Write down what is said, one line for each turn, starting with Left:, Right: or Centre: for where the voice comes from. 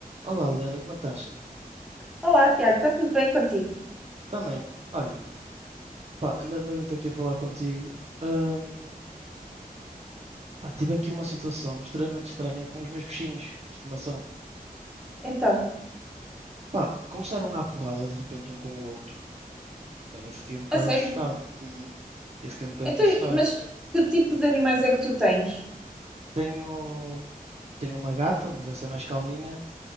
Right: Olá, Liana, como é que estás?
Centre: Olá, Tiago, está tudo bem contigo?
Right: Também, olha, pá, ainda ainda bem que estou aqui a falar contigo. Ahm, pá, tive aqui uma situação extremamente estranha com os meus peixinhos de estimação.
Centre: Então,
Right: Pá, começaram à porrada de repente um com o outro. Pá, eu fiquei um bocado
Centre: A sério?
Right: assustado. Uhum. Eu fiquei um bocadinho
Centre: Então,
Right: assustado
Centre: mas que tipo
Right: mesmo.
Centre: de animais é que tu tens?
Right: Tenho, tenho uma gata, mas essa é mais calminha.